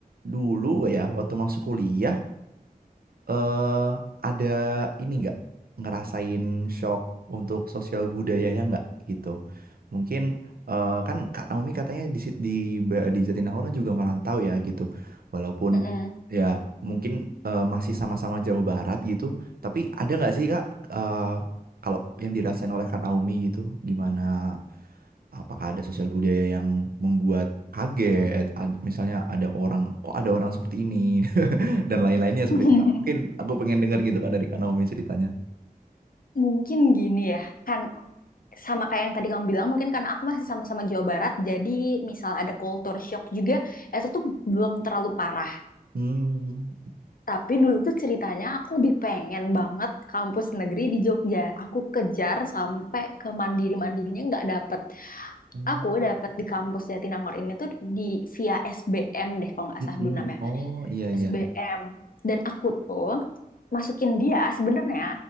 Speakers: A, on the right; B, on the left.
A: dulu ya waktu masuk kuliah eh ada ini nggak ngerasain shock untuk sosial budayanya nggak gitu? Mungkin eh, kan Kak Naomi katanya di sit- di Ba- di Jatinangor juga merantau ya gitu. Walaupun
B: Mm-mm.
A: ya mungkin eh, masih sama-sama Jawa Barat gitu, tapi ada nggak sih Kak eh, kalau yang dirasain oleh Kak Naomi gitu gimana Apakah ada sosial budaya yang membuat kaget? Ad- misalnya ada orang, kok ada orang seperti ini? <laughs> dan lain-lainnya seperti
B: <laughs>
A: itu Kak. Mungkin aku pengen dengar gitu Kak dari Kak Naomi ceritanya.
B: Mungkin gini ya, kan sama kayak yang tadi kamu bilang, mungkin karena aku masih sama-sama Jawa Barat, jadi misal ada culture shock juga, itu tuh belum terlalu parah.
A: Hmm.
B: Tapi dulu tuh ceritanya aku lebih pengen banget kampus negeri di Jogja. Aku kejar sampai ke mandiri-mandirinya nggak dapet.
A: hmm,
B: Aku dapet di kampus Jatinangor ini tuh di via SBM deh kalau nggak
A: mm-mm.
B: salah dulu namanya.
A: Oh iya iya.
B: SBM. Dan aku tuh masukin dia sebenarnya